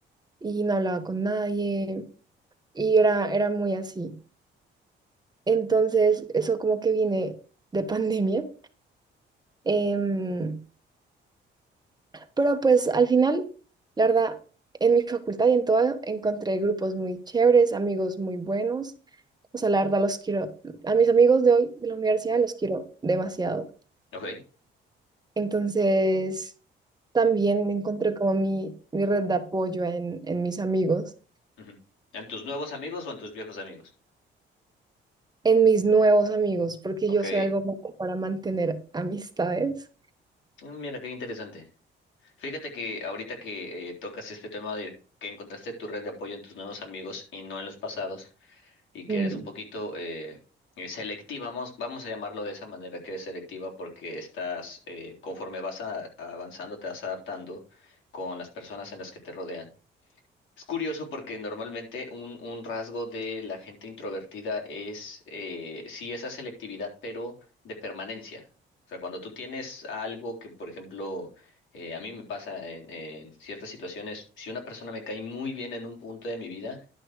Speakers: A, on the right; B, on the left.
A: y no hablaba con nadie y era, era muy así. Entonces, eso como que viene de pandemia. Em, pero pues al final, la verdad, en mi facultad y en todo encontré grupos muy chéveres, amigos muy buenos. O sea, la verdad los quiero, a mis amigos de hoy, de la universidad, los quiero demasiado.
B: Ok.
A: Entonces, también encontré como mi, mi red de apoyo en, en mis amigos,
B: ujú. ¿En tus nuevos amigos o en tus viejos amigos?
A: en mis nuevos amigos, porque
B: Ok.
A: yo soy algo como para mantener amistades.
B: Mm, Mira, qué interesante. Fíjate que ahorita que eh, tocas este tema de que encontraste tu red de apoyo en tus nuevos amigos y no en los pasados. y que
A: Mm,
B: eres un poquito eh, eh, selectiva, vamos, vamos a llamarlo de esa manera, que eres selectiva porque estás, eh, conforme vas a- avanzando, te vas adaptando con las personas en las que te rodean. Es curioso porque normalmente un, un rasgo de la gente introvertida es, eh, sí, esa selectividad, pero de permanencia. O sea, cuando tú tienes algo que, por ejemplo, eh, a mí me pasa en en ciertas situaciones, si una persona me cae muy bien en un punto de mi vida,